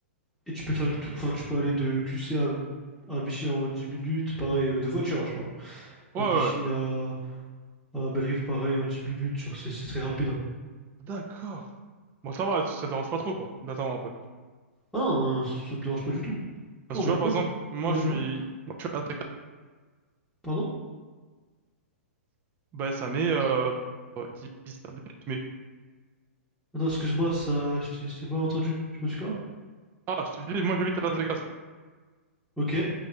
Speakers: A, in the centre; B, on the right (about 25°).
A: et tu peux faire le tout, enfin tu peux aller de QC à, à Vichy en 10 minutes, pareil, euh, de voiture, hein, je parle.
B: Ouais,
A: De
B: ouais,
A: Vichy
B: ouais.
A: à, à belle pareil, en 10 minutes, genre, c'est c'est très rapide. hein.
B: D'accord. Bon, ça va, ça dérange pas trop, quoi, d'attendre un peu.
A: Ah non, euh, ça me dérange pas du tout.
B: Parce
A: Non,
B: que
A: mais
B: tu vois, par
A: même...
B: exemple, moi,
A: Ouais,
B: je
A: dis-moi.
B: suis, moi, je suis à Las Vegas.
A: Pardon?
B: Bah, ça met, euh, euh, 10, 10, 15 minutes, mais,
A: Attends, excuse-moi, ça, je t'ai je t'ai pas entendu. Tu m'as dit quoi?
B: ah, je te dis, moi, j'habite à Las Vegas.
A: Ok.